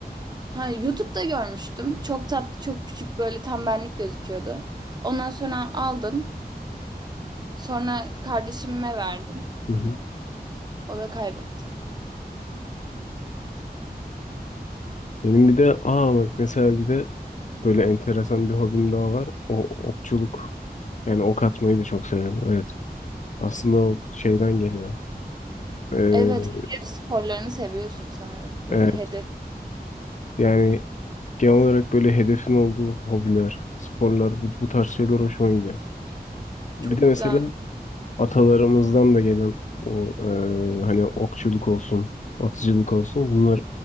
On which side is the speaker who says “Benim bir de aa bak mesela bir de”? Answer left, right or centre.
Left